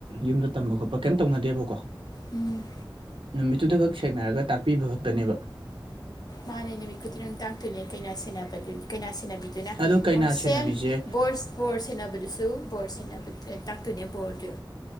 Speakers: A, on the right (about 85°); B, on the left (about 50°).
A: ꯌꯨꯝꯗ ꯇꯝꯕ ꯈꯣꯠꯄ ꯀꯩꯝ ꯇꯧꯅꯗꯦꯕꯀꯣ
B: ꯎꯝ
A: ꯅꯨꯃꯤꯠꯇꯨꯗ ꯈꯛ ꯁꯦꯡꯅꯔꯒ ꯇꯥꯛꯄꯤꯕ ꯈꯛꯇꯅꯦꯕ
B: ꯃꯥꯅꯦ ꯅꯨꯃꯤꯠ ꯈꯨꯗꯤꯡꯔꯡ ꯇꯥꯛꯇꯨꯅꯦ ꯀꯩꯅ ꯁꯦꯟꯅꯕ ꯗꯨ ꯀꯩꯅꯥ ꯁꯦꯟꯅꯕꯤ ꯗꯨꯅ
A: ꯑꯗꯣ ꯀꯩꯅꯥ
B: ꯑꯣꯔ
A: ꯁꯦꯟꯅꯕꯤꯁꯦ
B: ꯁꯦꯝ ꯕꯣꯔꯁ ꯕꯣꯔ ꯁꯦꯟꯅꯕꯗꯨꯁꯨ ꯕꯣꯔ ꯁꯦꯟꯅꯕ ꯇꯥꯛꯇꯣꯏꯅꯦ ꯕꯣꯔꯗꯨ